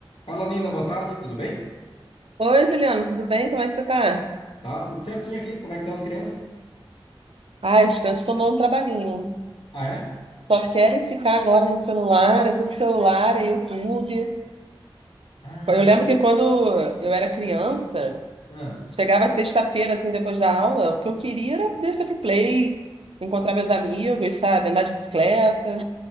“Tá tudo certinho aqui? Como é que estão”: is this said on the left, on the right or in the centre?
Left